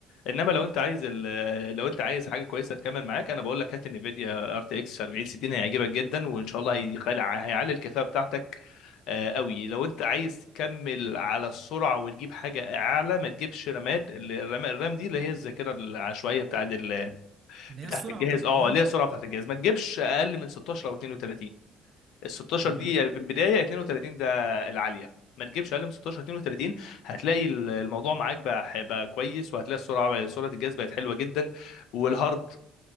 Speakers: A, on the left (about 80°); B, on the right (about 45°).
A: انما لو انت عايز ال... لو انت عايز حاجه كويسه تكمل معاك انا بقول لك هات نفيديا ار تي اكس 4060 هيعجبك جدا وان شاء الله هيقلع- هيعلي الكفاءه بتاعتك آه، قوي لو انت عايز تكمل على السرعه وتجيب حاجه اعلى ما تجيبش رامات ال- الرام الرام دي اللي هي الذاكره العشوائيه بتاعت ال...
B: اللي
A: بتاعت
B: هي السرعه
A: الجهاز
B: بتاعت
A: اه
B: الجهاز
A: اللي هي السرعه بتاعت الجهاز ما تجيبش اقل من 16 او 32 ال 16
B: تمام
A: دي يعني بدايه 32 ده العاليه ما تجيبش اقل من 16 32 هتلاقي ال- الموضوع معاك بقى هيبقى كويس وهتلاقي السرعه بقى سرعه الجهاز بقت حلوه جدا والهارد